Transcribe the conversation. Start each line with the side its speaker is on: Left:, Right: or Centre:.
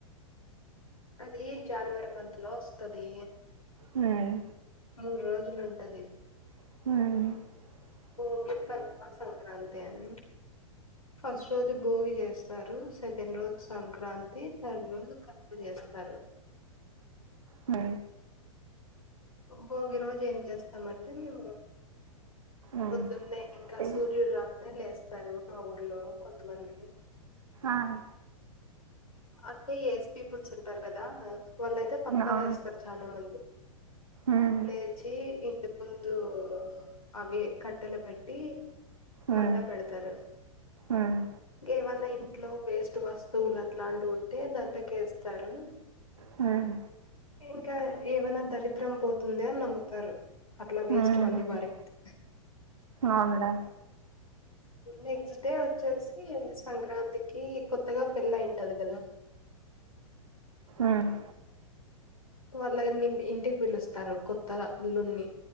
Left: అది జనవరి మంత్లో వస్తది.
Right: హ్మ్
Left: మూడు రోజులుంటది.
Right: హ్
Left: భోగి, కనుమ, సంక్రాంతి అని ఫస్ట్ రోజు భోగి చేస్తారు. సెకండ్ రోజు సంక్రాంతి థర్డ్ రోజు కనుమ చేస్తారు.
Right: హ్
Left: భోగి రోజు ఏం చేస్తామంటే మేము.
Right: ఉమ్,
Left: పొద్దున్నే ఇంకా
Right: చెయ్యి.
Left: సూర్యుడు రాక్ లేస్తారు మా ఊర్లో కొంతమంది.
Right: ఆహ్
Left: అంతే ఎస్ పీపుల్స్ ఉంటారు కదా వాళ్ళయితే పక్కలేస్తారు
Right: ఆ,
Left: చాలా మంది.
Right: ఉమ్,
Left: లేచి ఇంటి ముందు అవి కట్టెలు కాట్టి
Right: ఉమ్,
Left: మంట పెడతారు
Right: ఉమ్,
Left: ఇంక ఏవన్నా ఇంట్లో వేస్ట్ వస్తువుల అట్లాంటి ఉంటే దంతకేస్తారు
Right: హుమ్
Left: ఇంకా ఏమైనా దరిద్రం పోతుంది అని నమ్ముతారు. అట్లా వేస్ట్వన్నీ
Right: ఉమ్,
Left: పారేతే
Right: అవునులే
Left: నెక్స్ట్ డే వచ్చేసి సంక్రాంతికి కొత్తగా పెళ్ళి అయింటది కదా
Right: అహ్మ్
Left: వాళ్ళని ఇంటికి పిలుస్తారు. కొత్త అల్లుని